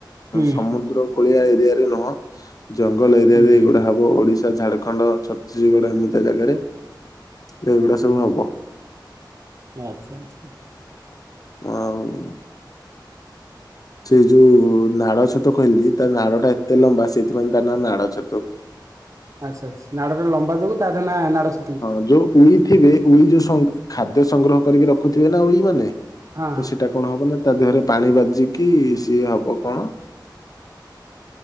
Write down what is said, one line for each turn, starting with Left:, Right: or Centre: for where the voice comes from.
Right: ହୁଁ
Left: ସମୁଦ୍ର କୂଳିଆ ଏରିଆରେ ନୁହଁ ଜଙ୍ଗଲ ଏରିଆରେ
Right: ହୁଁ
Left: ଏଇଗୁଡ଼ା ହବ ଓଡ଼ିଶା, ଝାରଖଣ୍ଡ, ଛତିଶଗଡ଼ ଏମିତିଆ ଜାଗାରେ ଏଇଗୁଡ଼ା
Right: ହୁଁ
Left: ସବୁ ହବ।
Right: ଆଚ୍ଛା ଆଚ୍ଛା।
Left: ମ ଆଉ ସେଇ ଯୋଉ ନାଡ଼ ଛତୁ କହିଲି ତା ନାଡ଼ଟା ଏତେ
Right: ହୁଁ
Left: ଲମ୍ବା ସେଇଥିପାଇଁ ତା ନାଁ ନାଡ଼ ଛତୁ।
Right: ଆଚ୍ଛା ଆସ ନାଡ଼ଟା ଲମ୍ବା ଯୋଗୁଁ ତାରି ନାଁ ନାଡ଼ ଛତୁ।
Left: ହଁ ଯୋଉ ଉଇ ଥିବେ ଉଇ ଯୋଉ ସଂ ଖାଦ୍ୟ ସଂଗ୍ରହ କରିକି ରଖୁଥିବେ ନା ଉଇ ମାନେ।
Right: ହଁ
Left: ତ
Right: ହଁ
Left: ସେଟା
Right: ହଁ
Left: କଣ ହବ ନା ତା ଦେହରେ ପାଣି ବାଜିକି ସିଏ ହବ କଣ